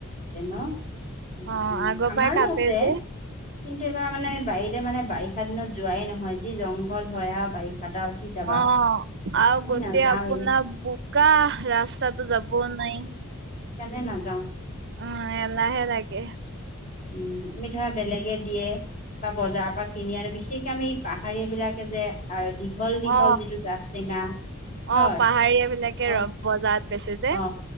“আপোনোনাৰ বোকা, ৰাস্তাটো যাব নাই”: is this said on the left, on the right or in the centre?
Right